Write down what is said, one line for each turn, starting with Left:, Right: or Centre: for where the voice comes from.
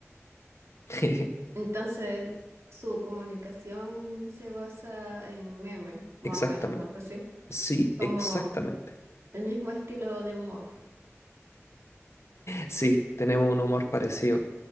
Left: <laughs>
Right: Entonces, su comunicación se basa en memes, más
Left: Exactamente.
Right: o menos, algo así.
Left: Sí,
Right: Como
Left: exactamente.
Right: el mismo estilo de humor.
Left: Sí, tenemos un humor parecido.